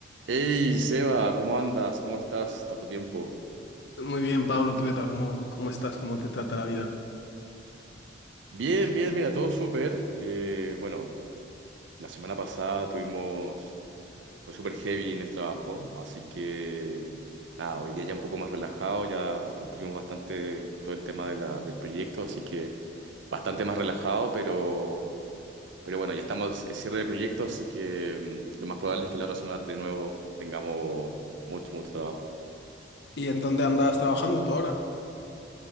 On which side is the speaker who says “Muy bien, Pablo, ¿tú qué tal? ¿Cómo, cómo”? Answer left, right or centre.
Left